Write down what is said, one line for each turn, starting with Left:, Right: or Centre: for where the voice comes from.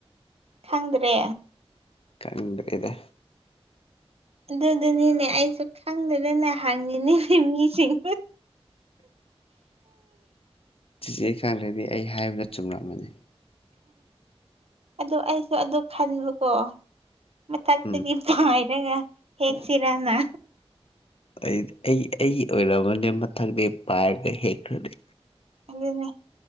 Right: ꯈꯪꯗ꯭ꯔꯦ
Left: ꯀꯟꯔꯤꯗ
Right: ꯑꯗꯨꯗꯨꯅꯤꯅꯦ ꯑꯩꯁꯨ ꯈꯪꯗꯗꯅꯦ ꯍꯪꯉꯤꯅꯦ ꯂꯩ ꯃꯤꯁꯤꯡ
Left: ꯁꯤꯆꯦ ꯑꯩ ꯈꯪꯗ꯭ꯔꯗꯤ ꯑꯩ ꯍꯥꯏꯕꯗ ꯆꯨꯝꯂꯛꯃꯅꯤ
Right: ꯑꯗꯨ ꯑꯩꯁꯨ ꯑꯗꯨ ꯈꯟꯕꯀꯣ ꯃꯊꯛꯇꯒꯤ
Left: ꯎꯝ
Right: ꯁꯋꯥꯏꯗꯩꯩ ꯍꯦꯛꯁꯤꯔꯅ
Left: ꯑꯩ ꯑꯩ ꯑꯩ ꯑꯣꯏꯔꯝꯝꯕꯅꯦ ꯃꯊꯪꯗ ꯄꯥꯏꯔꯒ ꯍꯦꯛꯈ꯭ꯔꯅꯦ
Right: ꯑꯗꯨꯅꯦ